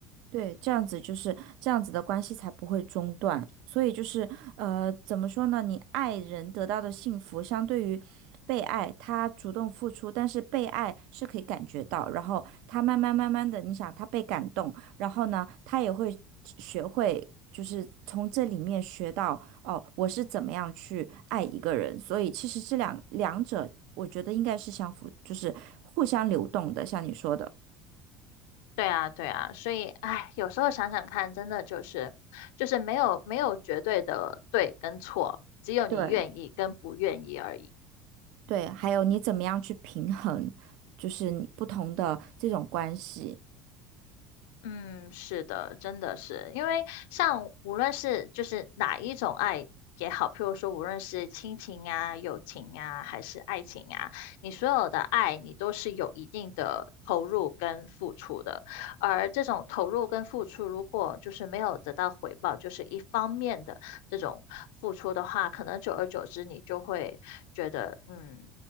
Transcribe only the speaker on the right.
对，这样子就是这样子的关系才不会中断。所以就是，呃，怎么说呢？你爱人得到的幸福，相对于被爱，他主动付出，但是被爱是可以感觉到，然后他慢慢慢慢的，你想他被感动，然后呢，他也会学会，就是从这里面学到，哦，我是怎么样去爱一个人。所以其实这两两者，我觉得应该是相符，就是互相流动的，像你说的。
对，对，还有你怎么样去平衡，就是你不同的这种关系。